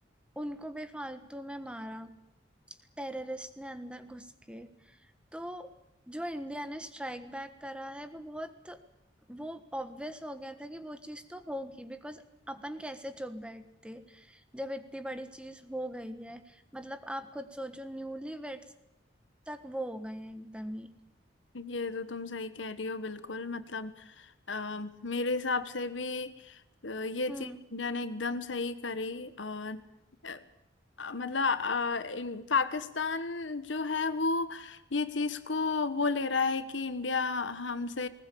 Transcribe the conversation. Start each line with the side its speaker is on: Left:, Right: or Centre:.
Centre: उनको बेफालतू में मारा टेररिस्ट ने अंदर घुस के तो जो इंडिया ने स्ट्राइक बैक करा है वो बहुत वो ऑब्वियस हो गया था कि वो चीज तो होगी बिकॉज अपन कैसे चुप बैठते जब इतनी बड़ी चीज हो गई है मतलब आप खुद सोचो न्यूली वेड्स तक वो हो गए हैं एकदम ही
Left: ये तो तुम सही कह रही हो बिल्कुल मतलब अ, मेरे हिसाब से भी अ, ये
Centre: हम्म
Left: चीज इंडिया ने एकदम सही करी और अ, अ, मतलब अ, इन पाकिस्तान जो है वो ये चीज को वो ले रहा है कि इंडिया हमसे